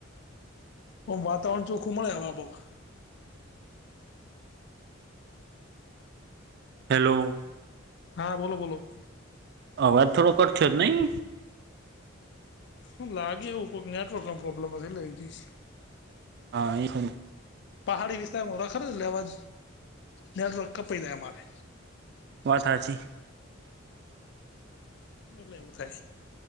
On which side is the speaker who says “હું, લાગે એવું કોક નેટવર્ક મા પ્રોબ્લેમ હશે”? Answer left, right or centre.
Left